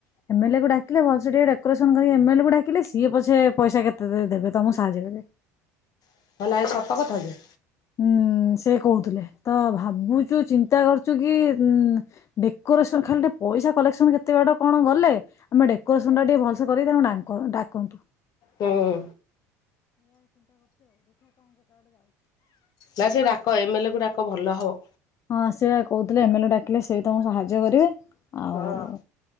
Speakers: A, on the left; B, on the left.
A: ଏମଏଲ୍ କୁ ଡାକିଲେ ଭଲ ଟିକେ ଡେକୋରେସନ କରି ଏମଏଲେ କୁ ଡାକିଲେ ସିଏ ପଛେ ପଇସା କେତେ ଦେବେ ତମକୁ ସାହାଯ୍ୟ କରିବେ
B: <inaudible> ଇଏ ସତ କଥା ଯେ
A: ହଁ ସେ କହୁଥିଲେ ତ ଭାବୁଛୁ ଚିନ୍ତା କରୁଛୁ କି ଉ ଡେକୋରେସନ ଖାଲି ଟେ ପଇସା କଲେକ୍ସନ କେତେ ବାଟ କଣ ଗଲେ ଆମେ ଡେକୋରେସନ ଟା ଟିକେ ଭଲସେ କରିକି ଡାକନ୍ତୁ
B: ହୁଁ ନା ସେ ଡାକ ଏମଏଲ କୁ ଡାକ ଭଲ ହବ।।
A: ହଁ ସେ କହୁଥିଲେ ଏମଏଲ୍ଏ ଡାକିଲେ ସେ ବି ତମକୁ ସାହାଯ୍ୟ କରିବେ ଆଉ
B: ହଁ